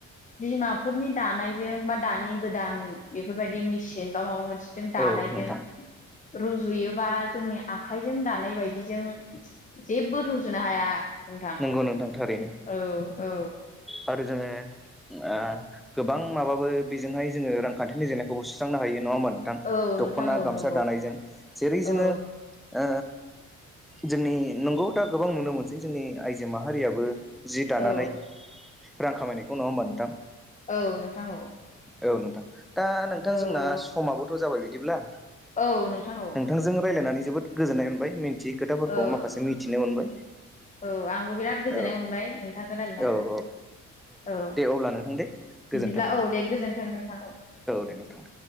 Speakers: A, on the left (about 25°); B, in the centre.
A: बिमाफोरनि दानायजों बा दानि गोदान बेफोरबायदि मेसिन बा माबा मोन सिजों दानायजों
B: औ नोंथां
A: रुजुयो बा जोंनि आखाइजों दानाय बायदिजों जेबो रुजुनो हाया नोंथां।
B: औ नोंथां थारैनो।
A: औ औ
B: आरो जोङो ओ गोबां माबाबो बेजोंहाय जोङो रांखान्थिनि जेंनाखौबो सुस्रांनो हायो। नङा होमबा नोंथां?
A: औ
B: दखना
A: नोंथां औ
B: गामसा
A: नंगौ
B: दानायजों जेरै
A: औ
B: जोङो ओ जोंनि नंगौ दा गोबां नुनो मोनसै जोंनि आइजो माहारियाबो जि दानानै
A: औ
B: रां खामायनायखौ नङा होमबा नोंथां?
A: औ नोंथां औ।
B: औ नोंथां दा नोंथां
A: औ
B: जोंना समाबोथ' जाबाय बिदिब्ला
A: औ नोंथां औ
B: नोंथांजों रायज्लायनानै जोबोद गोजोननाय मोनबाय मिथियै खोथाफोरखौ
A: औ
B: माखासे मिथिनो मोनबाय
A: औ आंबो बिराद गोजोननाय
B: औ
A: मोनबाय नोंथांजों रायज्लायनानै
B: औ औ
A: औ
B: दे अब्ला नोंथां दे गोजोन्थों
A: बिदिब्ला औ दे गोजोन्थों नोंथां औ <unintelligible>
B: दे नोंथां दे